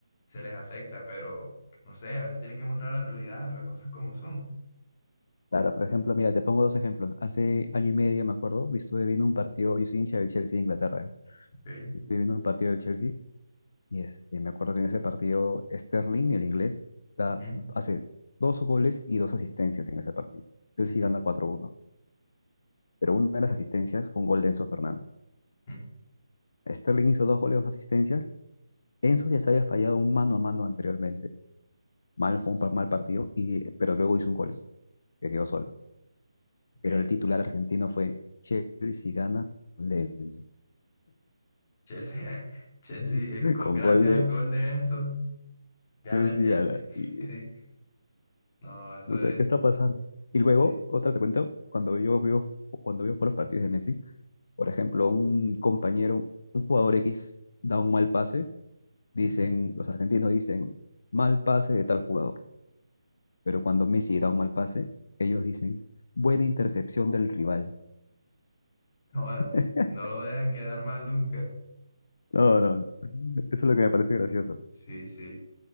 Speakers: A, on the left; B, on the left.
A: se les acepta, pero no sé, a veces tienen que mostrar la realidad, las cosas como son.
B: Claro, por ejemplo, mira, te pongo dos ejemplos. Hace año y medio, me acuerdo, estuve viendo un partido, yo soy hincha del Chelsea de Inglaterra,
A: Okay.
B: y estuve viendo un partido del Chelsea y este, me acuerdo que en ese partido Sterling, el inglés, da-
A: ujú,
B: hace dos goles y dos asistencias en ese partido. Chelsea
A: ujú,
B: gana 4-1, pero una de las asistencias fue un gol de Enzo Fernández.
A: ujú,
B: Sterling hizo dos goles, dos asistencias. Enzo ya se había fallado un mano a mano anteriormente mal, fue un par- mal partido, y, pero luego hizo un gol, que quedó solo.
A: ok.
B: Pero el titular argentino fue Chelsea gana con gol de Enzo.
A: Chelsea, <laughs> Chelsea,
B: <laughs>
A: eh, co-
B: Con
A: gracias
B: gol de
A: al gol de Enzo, gana
B: Chelsea
A: el Chelsea.
B: gana. Y
A: <laughs> No, eso
B: no
A: es,
B: sé qué está pasando. Y luego,
A: sí.
B: otra te cuento, cuando yo veo, cuando veo por los partidos de Messi, por ejemplo, un compañero, un jugador X da un mal pase, dicen,
A: ujú.
B: los argentinos dicen, mal pase de tal jugador. Pero cuando Messi da un mal pase, ellos dicen, buena intercepción del rival.
A: No,
B: <laughs>
A: no lo dejan quedar mal nunca.
B: No, no, no. Eso es lo que me parece gracioso.
A: Sí, sí.